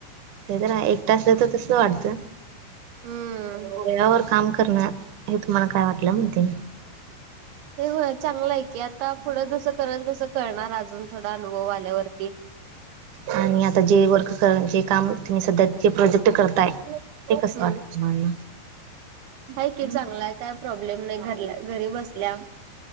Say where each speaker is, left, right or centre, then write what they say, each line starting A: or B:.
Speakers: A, on the right; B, on the right.
A: ते तर आहे, एक तासल तर तसं वाटत
B: हम्म
A: <unintelligible> वर काम करणार, हे तुम्हाला काय वाटलं म्हणते मी.
B: ते होय, चांगलं आहे की आता <unintelligible> पुढं जसं करेल तसं करणार अजून थोडा अनुभव आल्यावरती.
A: आणि आता जे वर्क करणार, जे काम तुम्ही सध्या जे प्रोजेक्ट करताय
B: हम्म
A: ते कसं वाटत तुम्हाला?
B: हाय की चांगला आहे, काय प्रॉब्लेम नाही घरल्या घरी बसल्या